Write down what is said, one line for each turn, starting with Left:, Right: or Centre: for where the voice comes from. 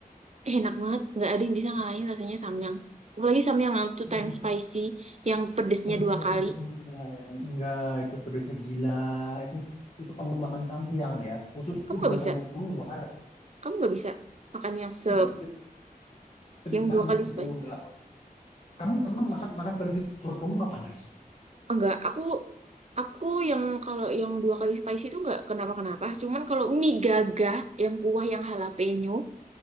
Right: Eh, enak banget nggak ada yang bisa ngalahin rasanya samyang apalagi samyang yang two
Left: Hmm,
Right: times spicy yang pedesnya
Left: Samyang
Right: dua kali
Left: itu enggak, enggak itu pedasnya gila. Itu itu kamu makan samyang ya. Usus
Right: kamu
Left: tuh
Right: nggak
Left: berasa
Right: bisa
Left: mau keluar.
Right: kamu nggak bisa makan yang se
Left: Itu pedes, pedes
Right: yang
Left: banget
Right: dua kali
Left: itu
Right: spicy
Left: enggak. Kamu emang makan makan pedes itu perut kamu nggak panas?
Right: enggak aku aku yang kalau yang dua kali spicy itu nggak kenapa kenapa cuman kalau mie gagah yang kuah yang jalapeno